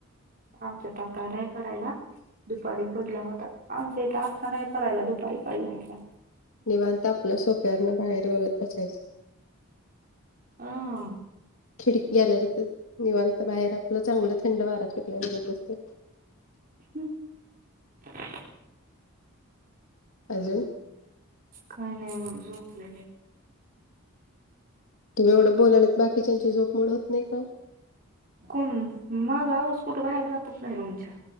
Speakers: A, on the right; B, on the left.
A: आमच्यात आता नाही पडायला. दुपारी पडला होता. आमच्या इथे आत्ता नाही पडायला. दुपारी पडला होता.
B: निवांत आपल सोप्यावरण बाहेर बघत बसायच.
A: हा.
B: खिड गॅलरीत निवांत बाहेर आपल चांगल थंड वारा सुटलाय बघत बसले.
A: <unintelligible>
B: अजून
A: काही नाही मग झोपल
B: तुम्ही एवढ बोलायलात बाकीच्यांची झोपमोड होत नाही का ओ.
A: कोण माझा आवाज कुठ बाहेर जातच नाही रुमच्या.